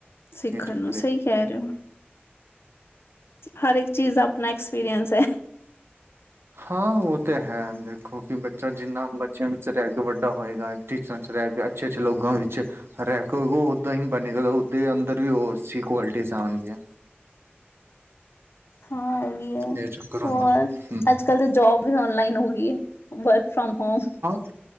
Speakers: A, on the left; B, on the right.
A: ਸਿੱਖਣ
B: ਇਹ ਚੱਕਰ
A: ਨੂੰ ਸਹੀ,
B: ਹੈ।
A: ਕਹਿ ਰਹੇ ਹੋ। ਹਰ ਇੱਕ ਚੀਜ਼ ਦਾ ਆਪਣਾ ਐਕਸਪੀਰੀਅਨਸ ਹੈ।
B: ਹਾਂ, ਉਹ ਤਾਂ ਹੈ। ਦੇਖੋ! ਕਿ ਬੱਚਾ ਜਿੰਨਾ ਬੱਚਿਆਂ ਵਿੱਚ ਰਹਿ ਕੇ ਵੱਡਾ ਹੋਏਗਾ। ਟੀਚਰਾਂ ਵਿੱਚ ਰਹਿ ਕੇ, ਅੱਛੇ ਅੱਛੇ ਲੋਕਾਂ ਵਿੱਚ। ਰਹਿ ਕੇ ਉਹ ਓਦਾਂ ਹੀ ਬਣੇਗਾ ਉਹ ਓਦੇ ਅੰਦਰ ਵੀ ਉਹ ਅੱਛੀ ਕੁਆਲਿਟੀ ਆਣਗੀਆਂ।
A: ਹਾਂ, ਇਹ ਵੀ ਹੈ।
B: ਇਹ ਚੱਕਰ
A: ਹੋਰ,
B: ਹੁੰਦਾ ਹੂੰ।
A: ਅੱਜ-ਕੱਲ ਤਾਂ ਜੋਬ ਵੀ ਔਨਲਾਈਨ ਹੋ ਗਈ ਹੈ। Work from home.
B: ਹਾਂ,